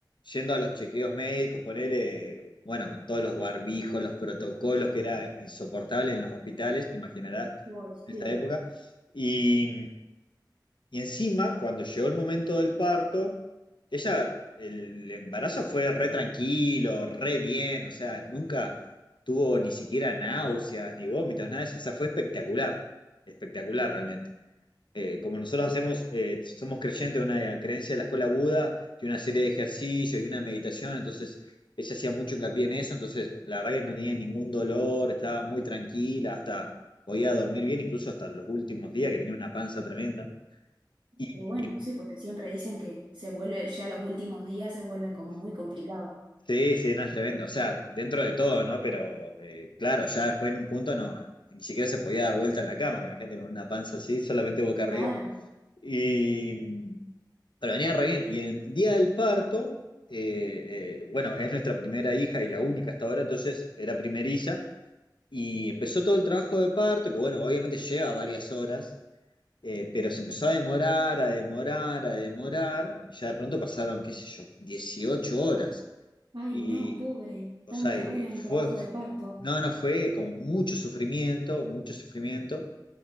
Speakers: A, on the left (about 80°); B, on the right (about 80°).
A: yendo a los chequeos médicos, ponerle, bueno, con todos los barbijos, los protocolos, que era insoportable en los hospitales, te imaginarás,
B: Uy, sí.
A: en esa época. Y, y encima, cuando llegó el momento del parto, ella, el embarazo fue re tranquilo, re bien, o sea, nunca tuvo ni siquiera náuseas, ni vómitos, nada de eso, o sea, fue espectacular, espectacular realmente. Eh, como nosotros hacemos, eh, somos creyentes de una creencia de la escuela Buda, de una serie de ejercicios y una meditación, entonces ella hacía mucho hincapié en eso, entonces la verdad que no tenía ningún dolor, estaba muy tranquila, hasta podía dormir bien, incluso hasta los últimos días que tenía una panza tremenda. Y,
B: Pero bueno, sí, porque siempre dicen que se vuelve, ya los últimos días se vuelven como muy complicados.
A: Sí, sí, no es tremendo. O sea, dentro de todo, ¿no? Pero eh, claro, ya después en un punto no, ni siquiera se podía dar vuelta en la cama, imagínate, con una panza así, solamente boca
B: Claro.
A: arriba. Y pero venía re bien. Y en el día del parto, eh, eh, bueno, es nuestra primera hija y la única hasta ahora, entonces era primeriza. Y empezó todo el trabajo de parto, que bueno, obviamente lleva varias horas, eh, pero se empezó a demorar, a demorar, a demorar, y ya de pronto pasaron, qué sé yo, 18 horas.
B: Ay,
A: Y,
B: no, pobre.
A: o
B: Tantas
A: sea, y
B: horas
A: fue,
B: en trabajo de parto.
A: no, no fue como mucho sufrimiento, mucho sufrimiento.